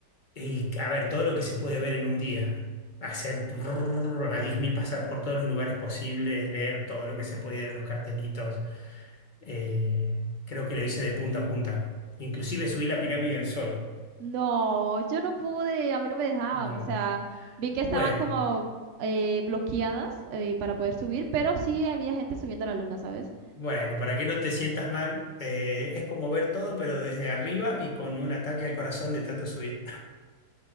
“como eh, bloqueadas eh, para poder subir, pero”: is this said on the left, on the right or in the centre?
Right